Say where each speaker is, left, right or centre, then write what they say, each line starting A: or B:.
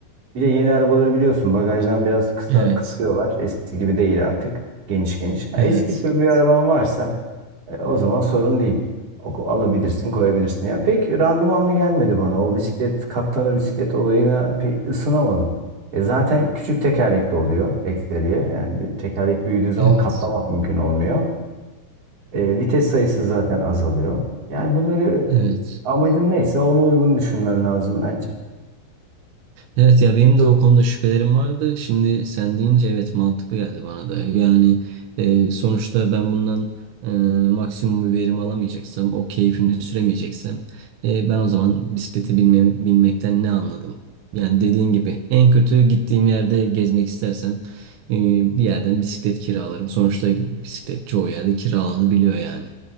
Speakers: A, on the right; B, on the right.
A: Bir de yeni arabaları biliyorsun bagajdan biraz kısa
B: Evet.
A: kısıyorlar. Eskisi gibi değil artık. Geniş geniş. Ha,
B: Evet.
A: eski tür bir araban varsa e, o zaman sorun değil. O- Alabilirsin, koyabilirsin. Yani pek randımanlı gelmedi bana. O bisiklet, katlanır bisiklet olayına pek ısınamadım. E zaten küçük tekerlekli oluyor ekseriye. Yani bir tekerlek büyüdüğü zaman
B: Evet.
A: katlamak mümkün olmuyor. E, vites sayısı zaten azalıyor. Yani bunları
B: Evet.
A: e, amacın neyse ona uygun düşünmen lazım bence.
B: Evet ya benim de o konuda şüphelerim vardı. Şimdi sen deyince evet mantıklı geldi bana da. Yani e, sonuçta ben bundan e, maksimum bir verim alamayacaksam, o keyfini süremeyeceksem e, ben o zaman bisiklete binme, binmekten ne anladım? Yani dediğin gibi en kötü gittiğim yerde gezmek istersem e, bir yerden bisiklet kiralarım. Sonuçta bisiklet çoğu yerde kiralanabiliyor yani.